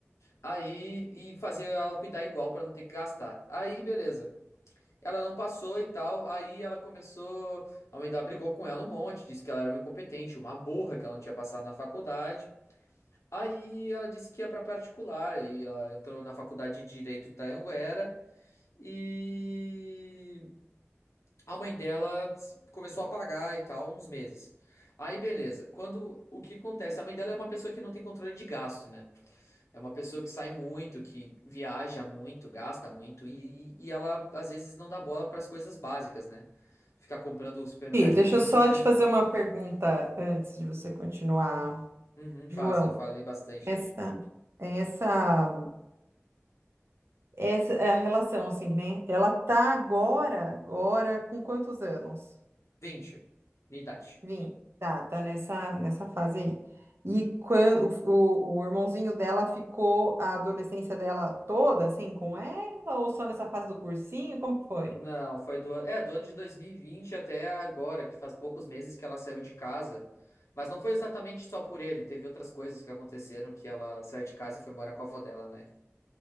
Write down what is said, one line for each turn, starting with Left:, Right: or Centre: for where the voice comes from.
Left: Aí, e fazia ela cuidar igual pra não ter que gastar. Aí, beleza. Ela não passou e tal, aí ela começou, a mãe dela brigou com ela um monte, disse que ela era uma incompetente, uma burra, que ela não tinha passado na faculdade. Aí ela disse que ia pra particular, aí ela entrou na faculdade de Direito da Anguera e a mãe dela se- começou a pagar e tal, uns meses. Aí, beleza. Quando o que acontece? A mãe dela é uma pessoa que não tem controle de gasto, né? É uma pessoa que sai muito, que viaja muito, gasta muito e, e ela às vezes não dá bola para as coisas básicas, né? Ficar comprando o supermercado
Right: E deixa
Left: de pouquinho
Right: eu só
Left: em pouquinho.
Right: te fazer uma pergunta antes de você continuar,
Left: Uhum,
Right: João.
Left: faz, eu falei bastante,
Right: Essa,
Left: né?
Right: essa Essa é a relação, assim, né? Ela tá agora, agora, com quantos anos?
Left: 20, minha idade.
Right: Vim. Tá, tá nessa, nessa fase aí. E quando o, o irmãozinho dela ficou a adolescência dela toda, assim, com ela, ou só nessa fase do cursinho? Como que foi?
Left: Não, foi do, an- é, do ano de 2020 até agora, que faz poucos meses que ela saiu de casa. Mas não foi exatamente só por ele, teve outras coisas que aconteceram que ela saiu de casa e foi morar com a avó dela, né?